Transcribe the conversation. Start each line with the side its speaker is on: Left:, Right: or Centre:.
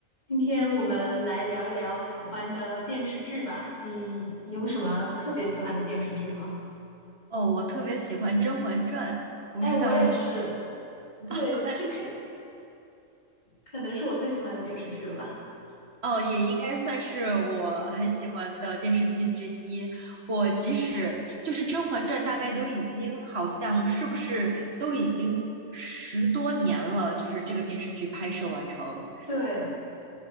Left: 今天我们来聊一聊喜欢的电视剧吧。你你有什么特别喜欢的电视剧吗？
Right: 哦，我特别喜欢《甄嬛传》，我不知道你
Left: 哎，我也是。对，
Right: <laughs> 哦，那
Left: 这可可能是我最喜欢的电视剧了吧？
Right: 哦也应该算是我很喜欢的电视剧之一。
Left: 哎，
Right: 我即使就是《甄嬛传》，大概都已经好像是不是都已经十多年了，就是这个电视剧拍摄完成。
Left: 对，